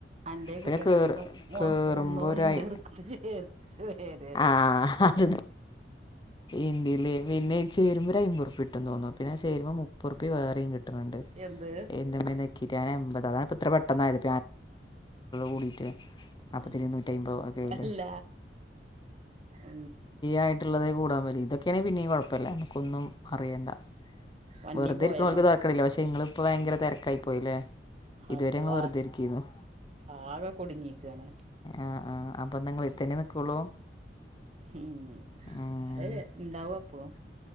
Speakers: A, on the right; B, on the left.
A: എന്റെ
B: പിന്നെ
A: കിട്ടട്ടന്ന
B: കേറ്
A: മ
B: കേറുമ്പോ
A: മന്നോ
B: ഒരായി
A: ഇന്റെ എടുത്ത് ച ചേര്
B: ആ അത് ഇന്ത്യല് പിന്നെ ചേരുമ്പോ ഒരു അമ്പൂറ്പ്പ ഇട്ട തോന്നും പിന്നെ ആ ചേരുമ്പോ മു പറിപ്പി വേറെയും കിട്ടുന്നുണ്ട്
A: എന്ത്
B: എ നക്കിട്ട് എമ്പത്താണ് ഇത്ര പെെന്നായത് കൂടിയിട്ട്
A: ഉ
B: അപ്പത്തിന് ഇരുന്നൂറ്റമ്പത് ഒക്കെ ആയില്ലേ
A: അല്ല ഉ
B: ആയിട്ടുള്ളത് കൂടാൻ മതി ഇതൊക്കെയെ പിന്നെയും കുഴപ്പമല്ലാണ് നക്കൊന്നും അറിയേണ്ട
A: വണ്ടി
B: വെറുതെ
A: പോയോ
B: ഇരിക്കണവർക്ക് തർക്കമില്ല പക്ഷേ നിങ്ങൾ ഇപ്പോൾ ഭയങ്കര തിരക്കായി പോയില്ലേ ഇതുവരെ
A: അല്ല
B: ഞങ്ങള് വെറുതെ ഇരിക്കേന്നു
A: ആകെ കൊടുങ്ങിിക്കയാണ്
B: ആഹ ആ് അപ്പൊ നിങ്ങൾ ഇത്തന്നെ നിൽക്കുള്ളൂ
A: ഉം
B: ഉം
A: അത എന്താവും അപ്പഴും